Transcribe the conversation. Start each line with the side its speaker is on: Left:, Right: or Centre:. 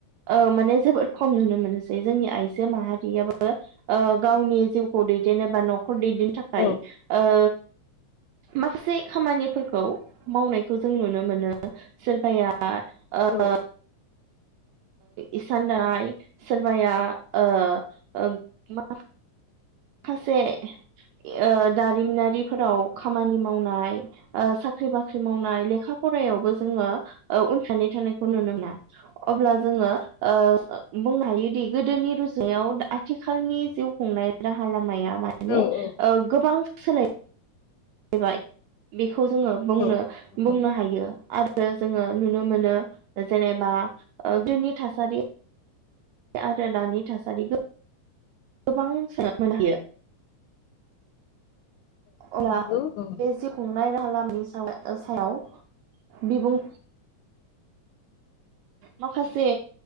Right: ओ माने जोबोद खम नुनो मोनोसै जोंनि आइजो माहारियाबो ओ गावनि जिउखौ दैदेनो बा न' खर दैदनो थाखाय
Left: औ
Right: ओ माखासे खामानिफोरखौ मावनायखौ जों नुनो मोनो सोरबाया दा ओ
Left: औ
Right: इसान दानाय सोरबाया ओ मा खासे ओ दारिमिनारिफोराव खामानि मावनाय ओ साख्रि बा ख्रि मावनाय लेखा फरायायावबो जोङो ओ उनफिननानै थानायखौ नुनो मोना अब्ला जोङो ओ बुंनो हायोदि गोदोनि रुजुनायाव आथिखालनि जिउ खुंनाय राहा ला माया माने
Left: औ औ नंगौ
Right: ओ गोबां सोलाय बाय बि खौ जोङो
Left: औ
Right: बुंनो
Left: औ
Right: बुंनो हायो आरो जोङो नुनो मोनो जेनेबा गोदोनि थासारि आरो दानि थासारि गोबां सो <unintelligible> मोननो हायो। अब्ला
Left: नंगौ
Right: बे जिव खुंनाय रा हालामनि साव सायाव बिबुं माखासे